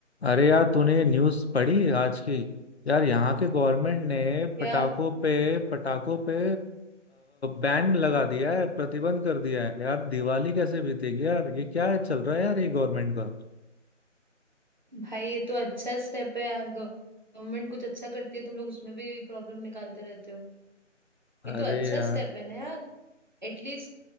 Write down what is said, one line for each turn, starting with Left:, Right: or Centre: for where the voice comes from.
Left: अरे यार तूने न्यूज़ पढ़ी आज की यार यहाँ के गवर्नमेंट ने
Right: क्या
Left: पटाखों पे पटाखों पे बैन लगा दिया है प्रतिबंध कर दिया है यार दिवाली कैसे बीतेगी यार ये क्या है चल रहा है यार ये गवर्नमेंट का
Right: भाई ये तो अच्छा स्टेप है यार गवर्नमेंट कुछ अच्छा करती है तुम लोग उसमें भी प्रॉब्लम निकालते रहते हो
Left: अरे
Right: ये तो अच्छा
Left: यार
Right: स्टेप है ना यार एटलीस्ट